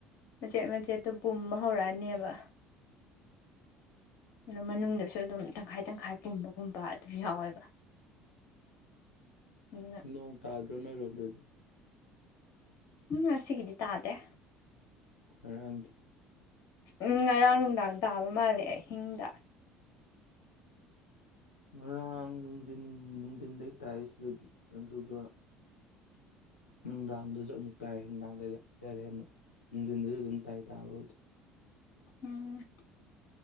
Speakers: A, on the left (about 50°); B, on the left (about 85°).
A: ꯃꯆꯦꯠ ꯃꯆꯦꯠꯇꯣ ꯄ ꯑꯃ ꯍꯧꯔꯛꯑꯅꯦꯕ ꯑꯣ ꯃꯅꯨꯡꯗꯁꯨ ꯑꯗꯨꯝ ꯇꯪꯈꯥꯏ ꯇꯪꯈꯥꯏ ꯄꯨꯝꯕꯒꯨꯝꯕ ꯑꯗꯨꯝ ꯌꯥꯎꯋꯦꯕ ꯑꯗꯨꯅ
B: ꯅꯣꯡ ꯇꯥꯗ ꯔꯅ ꯔꯣꯝꯗꯗꯤ
A: ꯎꯝ ꯁꯤꯒꯗꯤ ꯇ ꯑꯗꯦ
B: ꯑꯪꯗꯤ
A: ꯎꯝ ꯉꯔꯥꯡ ꯅꯨꯡꯗꯥꯡ ꯇꯥꯕ ꯃꯥꯜꯂꯦ ꯑꯍꯤꯡꯗ
B: ꯉꯔꯥꯡ ꯅꯨꯡꯊꯤꯟ ꯅꯨꯡꯊꯤꯟꯗꯩ ꯇꯥꯏ ꯁꯤꯗꯗꯤ ꯑꯗꯨꯒ ꯅꯨꯡꯗꯥꯡꯗꯁꯨ ꯑꯃꯨꯛ ꯇꯥꯏ ꯍꯅꯨꯡꯗꯥꯡꯗꯗꯤ ꯍꯥꯏꯇꯥꯔꯦ ꯑꯃꯨꯛ ꯅꯨꯡꯊꯤꯟꯗꯁꯨ ꯑꯗꯨꯝ ꯇꯥꯏ ꯇꯥꯕꯗꯤ
A: ꯎꯝ